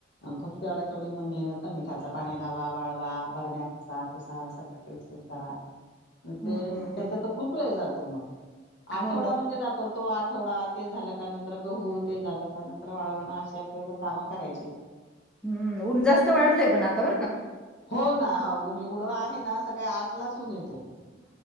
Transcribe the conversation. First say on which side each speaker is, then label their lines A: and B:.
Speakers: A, on the left (about 60°); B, in the centre.
A: खूप तेवढं, तेवढी मग मी नुसता मिठाचा खडा पाणी लावा, वाळवा, बरण्या घासा, पुुसा सगळं व्यवस्थित करा. मग
B: हम्म
A: ते
B: हम्म
A: त्याच्यात
B: हम्म
A: तर, खूप वेळ जातो मग. आठवडा
B: हो
A: म्हणजे जातो तो आठवडा, ते झाला का नंतर गहू, ते झालं का नंतर वाळवण असे आपले मग कामं करायची.
B: हम्म.. ऊन जास्त वाढलंय, पण आता बर का.
A: हो ना, हो ऊन एवढं आहे ना सकाळी आठलाच ऊन येते.